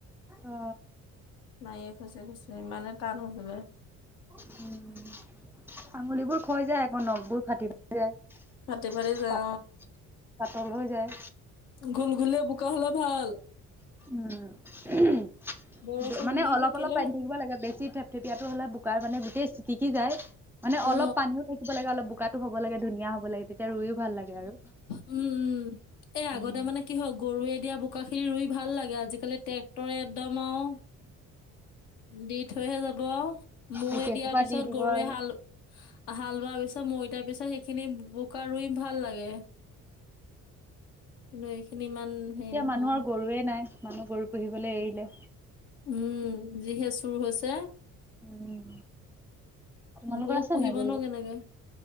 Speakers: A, in the centre; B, on the left.
A: অ
B: মায়ে খুচ খুছে ইমানে টান ৰুবলে।
A: উম আঙুলিবোৰ খাই যায় আক নখবোৰ ফাটিবা যায়,
B: ফাটি ফাটি যায়
A: পাট পাতল হৈ যায়।
B: গুল গুলিয়া বোকা হলে ভাল,
A: উম
B: বৰষুণ
A: মানে
B: দি
A: অলপ
B: থাকিলেও
A: অলপ পানী থাকিব লাগে বেছি থেপথেপিয়াটো হ'লে বোকাৰ মানে গোটেই চিতিকি যায়। মানে
B: অ
A: অলপ পানীও থাকিব লাগে অলপ বোকাতো হব লাগে ধুনীয়া হব লাগে তেতিয়া ৰুইও ভাল লাগে। আৰু
B: উম উম এই
A: উম
B: আগতে মানে কি হয় গৰুৱে দিয়া বোকা খিনি ৰুই ভাল লাগে আজিকালি ট্ৰেক্টৰে একদম আৰু, দি থৈহে যাব মৈ
A: গোটেই
B: দিয়াৰ
A: সোপা
B: পিছত
A: দি দিব
B: গৰুৱে
A: আৰু
B: হাল হালবৱা পিছত মৈ দিয়া পিছত সেইখিনি বোকা ৰুই ভাল লাগে। কিন্তু এইখিনি ইমান হেৰি
A: এতিয়া
B: নহয়
A: মানুহৰ গৰুৱে নাই, মানুহ গৰু পুহিবলৈ এৰিলে।
B: উম যিহে চুৰ হৈছে,
A: উম। তোমালোকৰ
B: গৰু
A: আছে
B: পুহিবনো
A: নাই গৰু?
B: কেনেকে।